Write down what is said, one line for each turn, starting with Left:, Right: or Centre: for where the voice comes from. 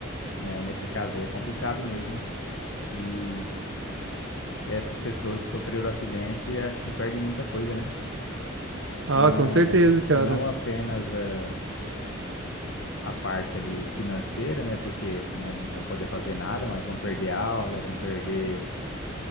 Left: Né, nesse caso aí é complicado mesmo, hein? E essas pessoas que sofreram o acidente, acho que perdem muita coisa, né?
Right: Ah,
Left: Na,
Right: com certeza, cara.
Left: não apenas a, a parte ali financeira, né? Porque não vão poder fazer nada, mas vão perder aula, vão perder